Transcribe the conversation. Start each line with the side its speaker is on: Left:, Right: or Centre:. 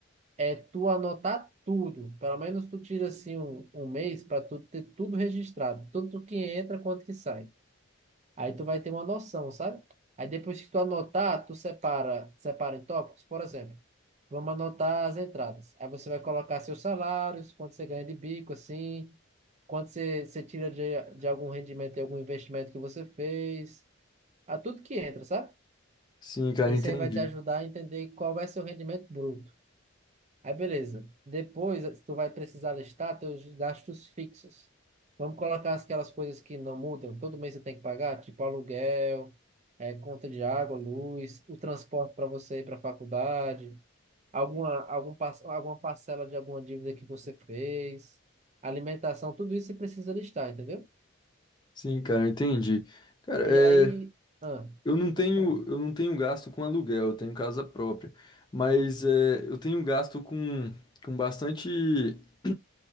Right: é tu anotar tudo. Pelo menos tu tira assim um, um mês para tu ter tudo registrado, tudo que entra, quanto que sai. Aí tu vai ter uma noção, sabe? Aí depois que tu anotar, tu separa, separa em tópicos, por exemplo. Vamos anotar as entradas. Aí você vai colocar seus salários, quanto você ganha de bico, assim, quanto você, você tira de, de algum rendimento, de algum investimento que você fez, a tudo que entra, sabe?
Left: Sim, cara,
Right: Isso
Left: entendi.
Right: aí vai te ajudar a entender qual vai ser o rendimento bruto. Aí, beleza. Depois, tu vai precisar listar teus gastos fixos. Vamos colocar aquelas coisas que não mudam. Todo mês você tem que pagar, tipo aluguel, eh, conta de água, luz, o transporte para você ir para a faculdade, alguma, algum, par- alguma parcela de alguma dívida que você fez, alimentação, tudo isso você precisa listar, entendeu?
Left: Sim, cara, entendi. Cara,
Right: E
Left: é,
Right: aí, ah,
Left: Eu não tenho,
Right: pode falar.
Left: eu não tenho gasto com aluguel, eu tenho casa própria. Mas é, eu tenho gasto com, com bastante. <clears throat>